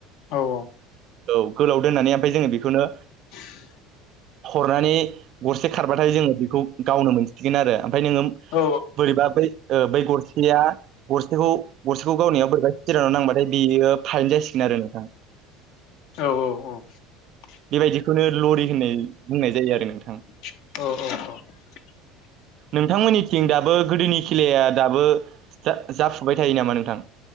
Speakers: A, on the left; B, on the right.
A: औ औ
B: औ गोलाव दोननानै ओमफाय जोङो बेखौनो
A: <inaudible>
B: हरनानै गरसे खारबाथाय जोङो बेखौ गावनो मोनसिगोन आरो। ओमफाय नोङो
A: औ
B: बोरैबा बै बै गरसेया गरसेखौ गरसेखौ गावनियाव बोरैबा सिरावनानै नांबाथाय बेयो फाइन जासिगोन आरो नोंथाङा।
A: औ औ औ
B: बेबायदिखौनो लरि होननाय बुंनाय जायो आरो नोंथां।
A: औ औ औ
B: नोंथांमोननिथिं दाबो गोदोनि खेलाया दाबो जा-जाफुबाय थायो नामा नोंथां?